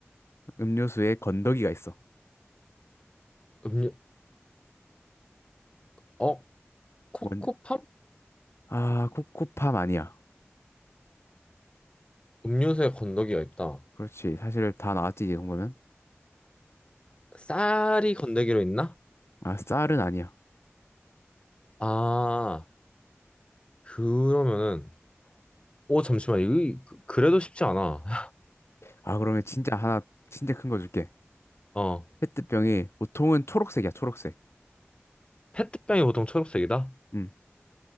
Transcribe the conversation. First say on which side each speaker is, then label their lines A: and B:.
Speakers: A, on the left; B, on the left.
A: 음료수에 건더기가 있어.
B: 음료, 어, 코코팜?
A: 뭔, 아, 코코팜 아니야.
B: 음료수에 건더기가 있다.
A: 그렇지. 사실 다 나왔지, 이 정도면.
B: 쌀이 건더기로 있나?
A: 아, 쌀은 아니야.
B: 아, 그러면은, 오, 잠시만, 이거, 그- 그래도 쉽지 않아. <laughs>
A: 아, 그러면 진짜 하나, 진짜 큰 거 줄게.
B: 어,
A: 페트병이 보통은 초록색이야, 초록색.
B: 페트병이 보통 초록색이다?
A: 음,